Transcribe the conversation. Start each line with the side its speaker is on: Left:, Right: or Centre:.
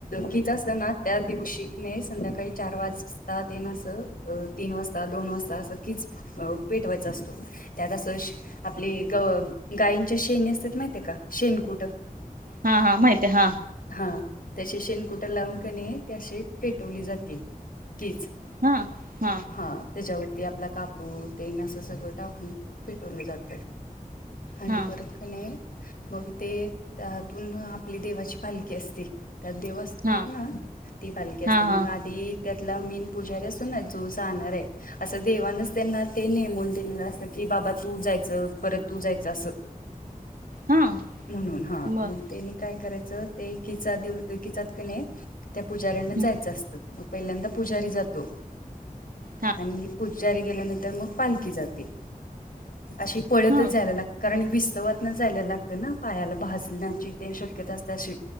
Left: किज असत ना त्या दिवशी न संध्याकाळी चार वाज तात ना असं अ तीन वाजता दोन वाजता असं कीच पेटवायचा असतो. त्यात असं आपली ग गायींच्या शेणी असतात माहििते का शेण कुठं.
Right: हा हा माहिती आहे हा.
Left: हा त्याचे शेणकुटा लावून कने त्या शे पेटवली जाते कीच.
Right: हा हा.
Left: हा त्याच्यावरती आपला कापू तेन असं सगळं टाकून पेटवलं जातय. आणि
Right: हा
Left: परत क नाही मग ते त्यातून आपली देवाची पालखी असते त्यात देव असते
Right: हा
Left: ना ती पालखी असते
Right: हा हा
Left: मग आधी त्यातला मीन पुजारी असून जो जाणार आहे असं देवानच त्यांना ते नेमून दिलेलं असत की बाबा तू जायचं परत तू जायचं असं.
Right: हा
Left: रिकामा ऑडिओ म्हणून हा
Right: बर
Left: मग त्यांनी काय करायचं तेचा किचत देव किचात कीं नाही त्या पुजाऱ्यांना
Right: हं,
Left: जायचं असतं मग पहिल्यांदा पुजारी जातो.
Right: हा
Left: आणि पूज जारी केल्यानंतर मग पालखी जाते अशी... पळतच
Right: हा
Left: जायला लागत कारण विस्तवातन जायला लागतं ना पायाला भाजण्याची ते शक्यता असते अशी.